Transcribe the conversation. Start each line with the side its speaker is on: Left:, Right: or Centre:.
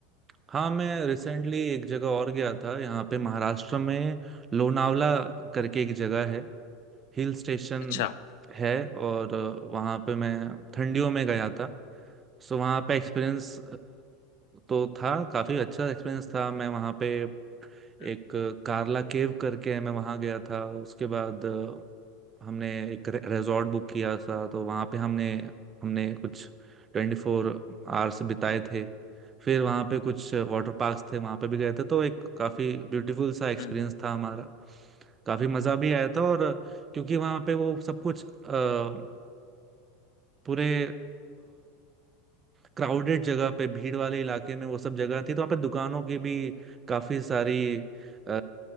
Right: हाँ मैं रिसेंटली एक जगह और गया था यहाँ पे महाराष्ट्र में लोनावला करके एक जगह है हिल स्टेशन
Left: अच्छा <laughs>
Right: है और अ, वहाँ पे मैं ठंडियों में गया था सो वहाँ पे एक्सपीरियंस तो था काफ़ी अच्छा एक्सपीरियंस था मैं वहाँ पे एक
Left: हम्म
Right: अ, कार्ला केव करके है मैं वहाँ गया था उसके बाद हमने एक रिजॉर्ट बुक किया था तो वहाँ पे हमने हमने कुछ ट्वेंटी फोर आवर्स बिताए थे फिर वहाँ पे कुछ वाटर पार्क्स थे वहाँ पे भी गए थे तो एक काफ़ी ब्यूटीफुल सा एक्सपीरियंस
Left: हम्म
Right: था हमारा काफ़ी मज़ा भी आया था और क्योंकि वहाँ पे वो सब कुछ अ, पूरे क्राउडेड जगह पे भीड़ वाले इलाके में वो सब जगह थी तो वहाँ पे दुकानों की भी काफ़ी सारी अ,